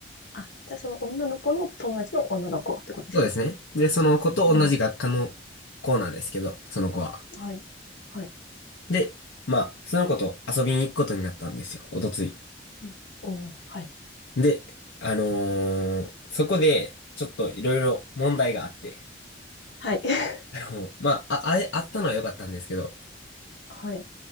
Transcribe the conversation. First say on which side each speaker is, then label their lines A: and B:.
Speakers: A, on the left; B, on the left.
A: あ、じゃあその女の子の友達の女の子ってことですね。
B: そうですね。で、その子と同じ学科の子なんですけど、
A: うんうん。
B: その子は。
A: はい。はい。
B: で、まあ、その子と遊びに行くことになったんですよ、おとつい。
A: うん。おー、はい。
B: で、あのーそこで、ちょっといろいろ問題があって、
A: はい。<laughs>
B: あのーまあ、あ、あえ、あったのは良かったんですけど、
A: はい。